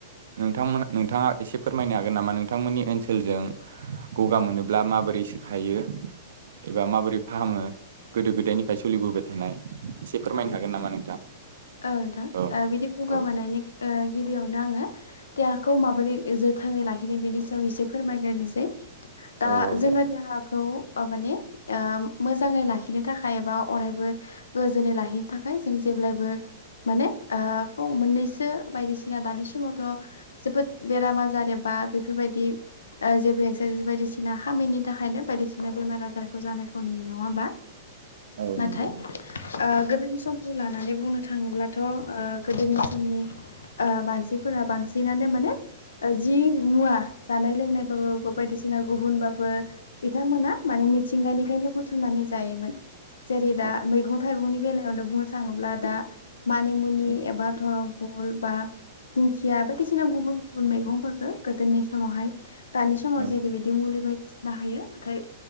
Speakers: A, on the right; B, on the left.
A: नोंथांमोन नोंथाङा एसे फोरमायनो हागोन नामा नोंथांमोननि ओनसोलजों गगा मोनोब्ला माबायदि बोरैसो खायो एबा माबोरै फाहामो गोदो गोदायनिफ्राय सोलिबोबाय थानाय एसे फोरमायनो
B: औ
A: हागोन नामा नोंथां
B: औ नोंथां
A: औ
B: बिदि गगा
A: औ
B: मोननायनि गिबियावनो आङो देहाखौ माबोरै जोथोनै लाखिनाय बेनि सायाव एसे फोरमायग्रोनोसै दा
A: औ औ
B: जोङो
A: दे
B: देहाखौ माने मोजाङै लाखिनो थाखाय एबा अरायबो गोजोनै लाखिनो था खाय जों जेब्लायबो माने ओ फ मोननैसो बायदिसिना दानि समावथ' जोबोद बेराम आजार जेबा बेफोर बायदि ओ जेबो बायदिसिना खामिनि थाखायनो बायदिसिना बेमार आजारखौ जानायखौ नुयो नङा होमबा
A: औ
B: नाथाय
A: नंगौ नोंथां
B: गोदोनि समखौ लानानै बुंनो थाखाय थाङोब्लाथ' ओ गोदोनि समनि मानसिफोरा बांसिनानो माने जि मुवा जानाय लोंनाय बाबो बायदिसिना गुबुनबाबो बिथांमोना माने मिथिंगानिफ्रायनो बुथुमनानै जायोमोन जेरै दा
A: औ
B: मैगं थाइगंनि बेलायावनो बुंनो थाङोब्ला दा मानिमुनि
A: औ
B: एबा धर' फल बा दिंखिया बायदिसिना गुबुन गुबुन मैगंफोरफोरखौ
A: औ
B: गोदोनि समावहाय दानि समाव
A: औ
B: जेरैबायदि मुलि बायदिसिना हायो नाथाय